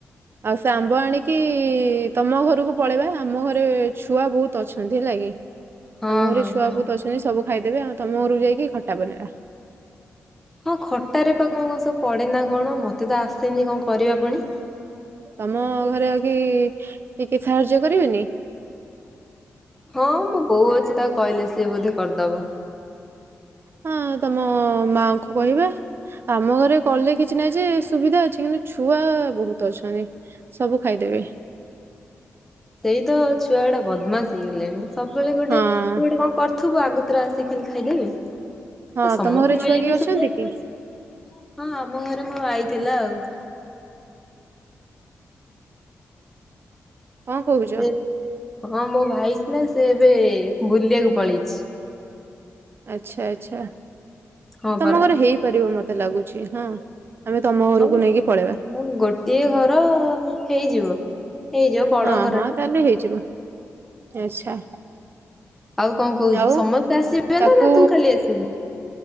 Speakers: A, on the right (about 50°); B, in the centre.
A: ଆଉ ସେ ଆମ୍ବ ଆଣିକି ତମ ଘରକୁ ପଳେଇବା ଆମ ଘରେ ଛୁଆ ବହୁତ ଅଛନ୍ତି ହେଲା କିି
B: ହଁ
A: ଆମ ଘରେ
B: ହଁ
A: ଛୁଆ
B: ହଁ।
A: ବହୁତ ଅଛନ୍ତି ସବୁ ଖାଇଦେବେ ଆଉ ତମ ଘରକୁ ଯାଇକି ଖଟା ବନେଇବା।
B: ହଁ ଖଟାରେ ପା କଣ କଣ ସବୁ ପଡ଼େନା କଣ ମୋତେ ତ ଆସେନି କଣ କରିବା ପୁଣି?
A: ତମ ଘରେ ଆଉ କେହି ଟିକେ ସାହାଯ୍ୟ କରିବେନି?
B: ହଁ ମୋ ବୋଉ ଅଛି ତାକୁ କହିଲେ ସିଏ ବୋଧେ କରିଦବ।
A: ହଁ ତମ ମାଆଙ୍କୁ କହିବା। ଆମ ଘରେ କଲେ କିଛି ନାହିଁ ଯେ ସୁବିଧା ଅଛି କିନ୍ତୁ ଛୁଆ ବହୁତ ଅଛନ୍ତି। ସବୁ ଖାଇଦେବେ।
B: ସେଇ ତ ଛୁଆଗୁଡା ବଦମାସ୍ ହେଇଗଲେଣି ସବୁବେଳେ ଗୋଟେ
A: ହଁ
B: ତୁ ଗୋଟେ କଣ କରିଥିବୁ ଆଗତୁରା ଆସିକି ଖାଲି ଖାଇଦେବେ ତ
A: ହଁ
B: ସମସ୍ତେ
A: ତମ ଘରେ ଛୁଆ
B: ମିଳିମିଶି
A: କିଏ ଅଛନ୍ତି
B: ଖାଇବେ
A: କି?
B: ନା। ହଁ ଆମ ଘରେ ମୋ ଭାଇ ଥିଲା ଆଉ।
A: କଣ କହୁଛ?
B: ସେ ହଁ ମୋ ଭାଇ ଥିଲା ସେ ଏବେ ବୁଲିବାକୁ ପଳେଇଛି।
A: ଆଚ୍ଛା ଆଚ୍ଛା।
B: ହଁ ପରା।
A: ତମ ଘରେ ହେଇପାରିବ ମତେ ଲାଗୁଛି ହଁ ଆମେ ତମ ଘରକୁ
B: ହଉ
A: ନେଇକି ପଳେଇବା।
B: ହଁ ଗୋଟିଏ ଘର ହେଇଯିବ। ହେଇଯିବ ବଡ
A: ହଁ
B: ଘରଟେ
A: ହଁ ତାହେଲେ ହେଇଯିବ ଆଚ୍ଛା।
B: ଆଉ କଣ କହୁଚୁ
A: ଆଉ
B: ସମସ୍ତେ ଆସିବେ
A: ତାକୁ
B: ନା ନା ତୁ ଖାଲି ଆସିବୁ?